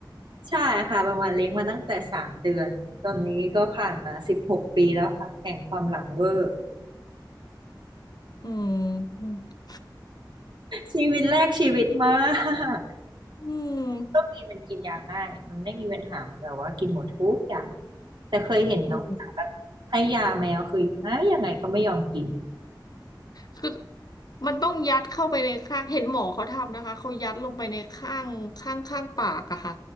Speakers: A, on the right (about 75°); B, on the left (about 55°).
A: ใช่ค่ะประมาณเลี้ยงมาตั้งแต่สามเดือนตอนนี้ก็ผ่านมาสิบหกปีแล้วค่ะแห่งความหลังเวอร์
B: อืมอ
A: ชีวิตแรกชีวิตมาก
B: ืม
A: โชคดีมันกินยาง่ายมันไม่มีปัญหามันแบบว่ากินหมดทุกอย่างแต่เคยเห็นน้องสาวแบบให้ยาแมวคือยังไงยังไงก็ไม่ยอมกิน
B: อืมคือมันต้องยัดเข้าไปในข้างเห็นหมอเขาทำนะคะเขายัดลงไปในข้างข้างข้างปากอะค่ะ